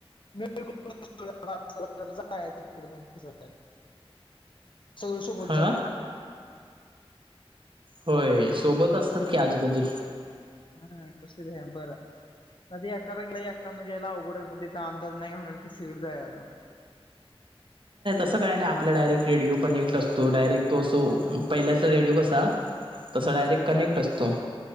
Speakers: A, on the left; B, on the right.
A: तकडे म क सगष बोोलू
B: हा
A: जात
B: होय सोबत असतात की आजूबाजू
A: हा खुशीदी आहे बर नदी एकालाक म्हजेला गड बित आमदज नाही घाणारला त सिड जाय अग
B: असं काय नाही आपला डायरेक्ट रेडियओ कनेक्ट असतो डायरेक्ट तो असो पहिल्यातला रेडिओ कसा तसा
A: हां.
B: डायरेक्ट कनेक्ट असतो